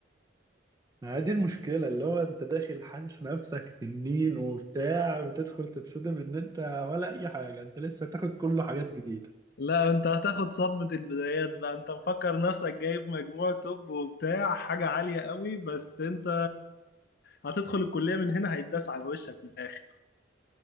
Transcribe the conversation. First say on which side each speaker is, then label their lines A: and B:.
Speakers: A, on the right; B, on the left.
A: ما هي دي المشكلة اللي هو انت داخل حاسس نفسك تنين وبتاع بتدخل تتصدم ان انت ولا اي حاجة انت لسه تاخد كله حاجات جديدة
B: لا انت هتاخد صدمة البدايات بقى انت مفكر نفسك جايب مجموع توب وبتاع حاجة عالية قوي بس انت هتدخل الكلية من هنا هيتداس على وشك من الآخر